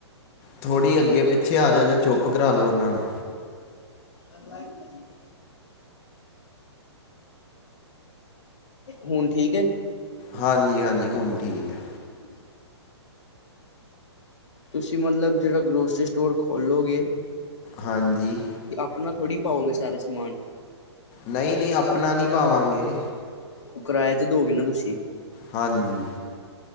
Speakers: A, on the left; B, on the left.
A: ਥੋੜ੍ਹੀ ਅੱਗੇ ਪਿੱਛੇ ਆ ਜਾਓ ਜਾਂ ਚੁੱਪ ਕਰਾ ਲਓ ਉਹਨਾਂ ਨੂੰ।
B: ਗੱਲਾਂ ਦੀ ਆਓਂਦੀ ਹੁਣ ਠੀਕ ਏ।
A: ਹਾਂਜੀ ਹਾਂਜੀ।
B: <inaudible>
A: ਹੁਣ ਠੀਕ ਹੈ
B: ਤੁਸੀਂ ਮਤਲਬ ਜਿਹੜਾ ਗਰੋਸਰੀ ਸਟੋਰ ਖੋਲੋਗੇ
A: ਹਾਂਜੀ।
B: ਅਪਨਾ ਥੋੜ੍ਹੀ ਪਾਓਗੇ ਸਾਰਾ ਸਮਾਨ
A: ਨਹੀਂ ਨਹੀਂ ਅਪਣਾ ਨਹੀਂ ਪਾਵਾਂਗੇ
B: ਉਹ ਕਿਰਾਏ ਤੇ ਦੋਗੇ ਨਾ ਤੁਸੀ
A: ਹਾਂਜੀ।